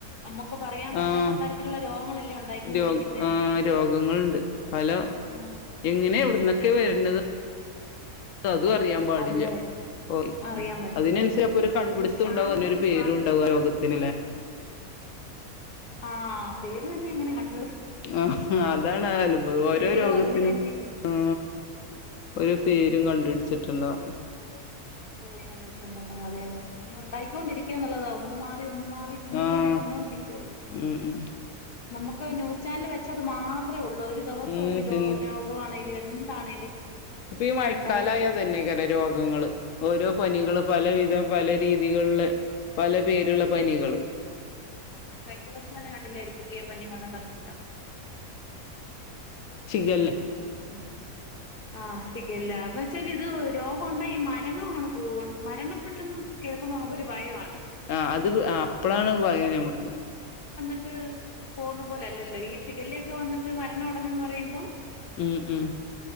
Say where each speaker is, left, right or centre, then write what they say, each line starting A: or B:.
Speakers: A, on the left (about 45°); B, on the left (about 65°).
A: നമുക്ക് പറയാൻ പറ്റാത്ത
B: ആഹ്
A: തരത്തിലുള്ള രോഗങ്ങളല്ലേ ഉണ്ടായിക്കൊണ്ടിരിക്കുന്നേ
B: ര ആഹ രോഗങ്ങൾണ്ട് പല
A: ആ
B: എങ്ങനെ, എവിടന്നൊക്കെ വര്ണത് അതും അറിയാൻ പാടില്ല
A: അതെ
B: പോയി
A: അറിയാൻ
B: മ്.
A: പറ്റത്തില്ല
B: അതിനനുസരിച്ച്
A: അതെ
B: അപ്പൊ ഒരു കൺപിടിത്തം
A: ന്യൂസ് ചാനല്
B: ണ്ടാവും, അതിനൊരു
A: വെച്ച്
B: പേരു ണ്ടാവും രോകത്തിന് ല്ലേ?
A: ആഹ് പേര് തന്നെ അങ്ങനെ കണ്ട
B: ആഹ് അതാണ് അത്ഭുദ ഓരോ
A: പേരുകൾ
B: രോഗത്തിനും
A: അതിന് വേണ്ടിട്ട്
B: ആ ഒരു പേരും കണ്ടുട്ച്ചിട്ടുണ്ടാവും.
A: പേര് കണ്ടു പിടിച്ചിട്ടു ണ്ടാവും. അതെ അതെ ങ്ങനെ ഉണ്ടായി കൊണ്ടിരിക്കും, ന്നുള്ളതാ ഒന്ന് മ ഒന്നു മാറി. പിന്നേം,
B: ആഹ്
A: പിന്നെ വന്നോണ്ടിരിക്കുവല്ലേ?
B: ഉം ഉം
A: നമുക്ക് ന്യൂസ് ചാനൽ വെച്ചാ ത് മാത്രമേ ഉള്ളൂ ഒരു ദിവസം
B: ഉം
A: ഒരു രോ
B: പിന്നെ
A: രോഗമാണേലും എന്താണേലും.
B: ഇപ്പൊ ഈ മഴക്കാലായ
A: ഉണ്ടായിരിക്കും
B: ഇതന്നെ കാരം രോഗങ്ങള് ഓരോ പനികള് പലവിധം,
A: അതെ
B: പല രീതികളില് പല പേര്ള്ള പനികള്
A: ആ കഴിഞ്ഞ ദിവസം തന്നെ കണ്ടില്ലേ? ഒരു പുതിയ പനി വന്നിട്ടൊന്നണ്ടല്ലോ.
B: ഷിഖല്ലേ?
A: ഉം ആഹ ശിഖല്ല എന്ന് വെച്ചാല് ഇത് രോഗണ്ടായിഈ മരണമാണ് മരണപ്പെെട്ടെന്ന് കേ നമുക്ക് ഒരു ഭയമാണ്.
B: ആഹ് അത് അപ്പഴാണ് ഭയം ഞമ്മക്ക്.
A: ട്ട് പോകുന്ന പോലെ അല്ലല്ലോ? ഈ ശിഖ ല്ല യൊക്കെ വന്നിട്ട് മരണമടഞ്ഞന്ന് പറയുമ്പോം?
B: ഉം ഉ